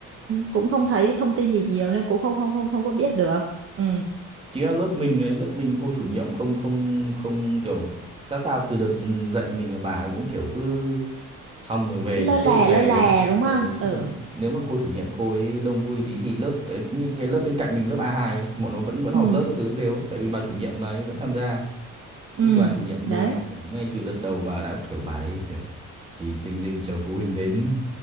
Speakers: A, on the right; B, on the right.
A: cũng không thấy thông tin gì nhiều nên cũng không không không không có biết được ừ
B: chính là lớp mình ấy lớp mình cô chủ nhiệm không không không kiểu ra sao từ đợt dạy mình là bà ấy cũng kiểu cứ xong rồi về
A: cứ
B: đủ
A: lơ là
B: tiết thì về
A: lơ là
B: ấy.
A: đúng không
B: Ờ, chứ
A: ừ
B: còn nếu mà cô chủ nhiệm cô ấy đông vui tí thì lớp đấy như cái lớp bên cạnh mình lớp A2 ấy, bọn nó vẫn vẫn
A: ừ
B: họp lớp các thứ đều tại vì bà chủ nhiệm mà ấy vẫn tham gia
A: ừ
B: thì bà chủ nhiệm
A: đấy
B: mình kiểu ngay từ đợt đầu bà đã kiểu bà đấy kiểu chỉ chừng chừng chờ phụ huynh đến ý.